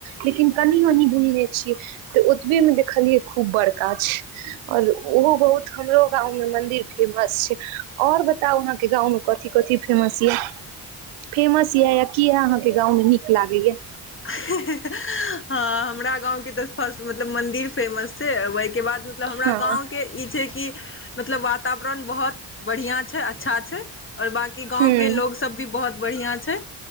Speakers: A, on the right; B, on the left.
A: लेकिन कनि मनि घुमने छिये त ओतबे मे देखलियै खूब बड़ और ओहो बहुत हमरो गाँव मे मन्दिर फेमस छै और बताउ अहाँके गाँव मे कथी कथी फेमस यऽ फेमस यए य की यए अहाँके गाँवमे नीक लागै य
B: हँ हमरा गाँवके तऽ फर्ट मतलब मन्दिर फेमस छै ओइ के बाद मतलब हमरा
A: हँ
B: गाँवके ई छै कि मतलब वातावरण बहुत बढ़िआँ छै अच्छा छै ओर बकी गाँवके
A: हूँ
B: लोग सब भी बहुत बढ़िया छै